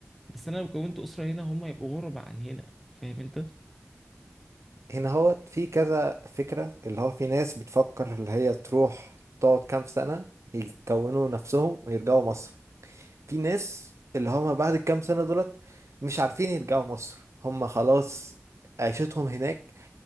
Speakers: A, in the centre; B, on the right.
A: بس انا لو كونت اسره هنا هم يبقوا غربة عن هنا فاهم انت
B: هنا هوت في كذا فكرة اللي هو في ناس بتفكر اللي هي تروح تقعد كام سنة يكونوا نفسهم ويرجعوا مصر في ناس اللي هم بعد الكام سنة دولت مش عارفين يرجعوا مصر هم خلاص عيشتهم هناك